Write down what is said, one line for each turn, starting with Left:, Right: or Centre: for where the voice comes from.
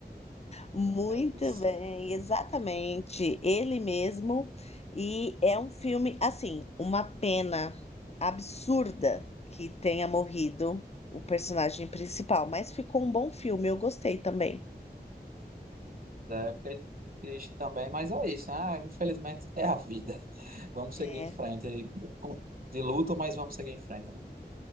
Left: muito
Right: É isso.
Left: bem, exatamente, ele mesmo. E é um filme, assim, uma pena absurda que tenha morrido o personagem principal, mas ficou um bom filme, eu gostei também.
Right: É, fiquei triste também, mas é isso. né? Ah, infelizmente é a vida. <laughs> Vamos
Left: É,
Right: seguir em frente. com De luto, mas vamos seguir em frente.